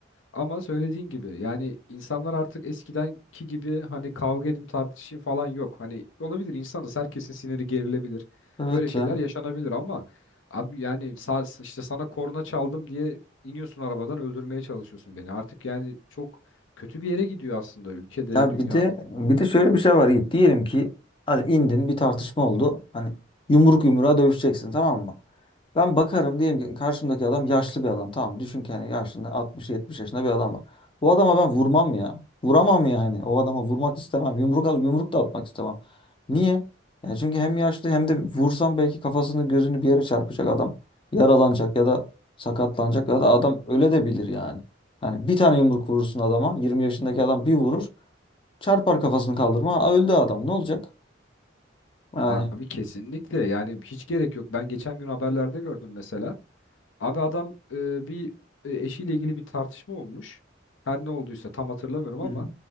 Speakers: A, on the left; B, on the left.
A: Ama söylediğin gibi yani insanlar artık eskidenki gibi hani kavga edin tartışayım falan yok. Hani olabilir insanız herkesin siniri gerilebilir.
B: Evet
A: Böyle şeyler
B: ya.
A: yaşanabilir ama abi yani sa işte sana korna çaldım diye iniyorsun arabadan öldürmeye çalışıyorsun beni. Artık yani çok kötü bir yere gidiyor aslında ülkede,
B: Ya
A: dünyada.
B: bir de bir de şöyle bir şey var Yiğit. Diyelim ki hadi indin bir tartışma oldu. Hani yumruk yumruğa dövüşeceksin tamam mı? Ben bakarım diyelim ki karşımdaki adam yaşlı bir adam. Tamam düşün ki yani yaşında 60-70 yaşında bir adam var. Bu adama ben vurmam ya. Vuramam ya hani. O adama vurmak istemem. Yumruk al, yumruk da atmak istemem. Niye? Ya çünkü hem yaşlı hem de vursam belki kafasını gözünü bir yere çarpacak adam. Yaralanacak ya da sakatlanacak ya da adam öle de bilir yani. Yani bir tane yumruk vurursun adama. 20 yaşındaki adam bir vurur. Çarpar kafasını kaldırma. Aa, öldü adam. Ne olacak? Yani
A: Abi kesinlikle yani hiç gerek yok. Ben geçen gün haberlerde gördüm mesela. Abi adam e, bir e, eşiyle ilgili bir tartışma olmuş. Her ne olduysa tam hatırlamıyorum
B: Hı.
A: ama